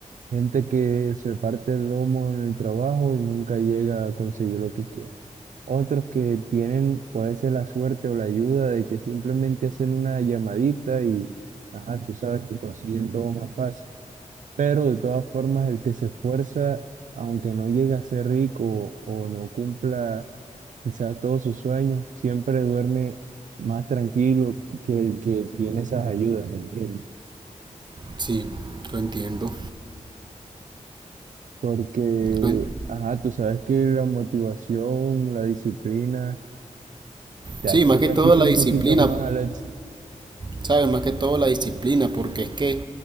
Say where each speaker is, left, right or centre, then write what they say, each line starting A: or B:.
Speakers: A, on the right; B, on the right.
A: gente que se parte el lomo en el trabajo y nunca llega a conseguir lo que quiere. Otros que tienen, puede ser la suerte o la ayuda de que simplemente hacen una llamadita y, ajá, tú sabes que consiguen todo más fácil. Pero de todas formas, el que se esfuerza, aunque no llegue a ser rico o o no cumpla quizás todos sus sueños, siempre duerme más tranquilo que el que tiene esas ayudas, ¿me entiendes?
B: Sí, lo entiendo.
A: Porque,
B: Lo en-
A: ajá, tú sabes que la motivación, la disciplina, te
B: Sí,
A: acerca
B: más que todo
A: así
B: la
A: un
B: disciplina,
A: poquito más al éxito.
B: ¿sabes? Más que todo la disciplina, porque es que